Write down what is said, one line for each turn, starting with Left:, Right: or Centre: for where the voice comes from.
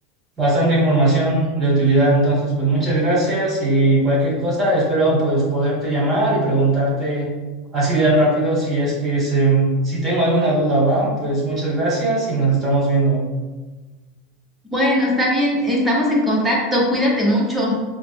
Right: bastante información de utilidad. Entonces, pues muchas gracias y cualquier cosa, espero pues poderte llamar y preguntarte así de rápido si es que se, si tengo alguna duda, va, pues muchas gracias y nos estamos viendo.
Centre: Bueno, está bien, estamos en contacto, cuídate mucho.